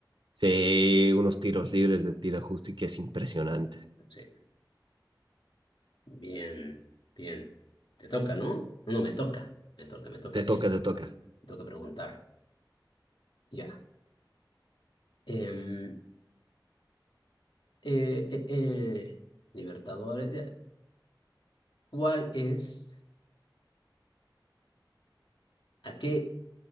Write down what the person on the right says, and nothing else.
sí, unos tiros libres de tira justi que es impresionante.
Te
toca, te toca.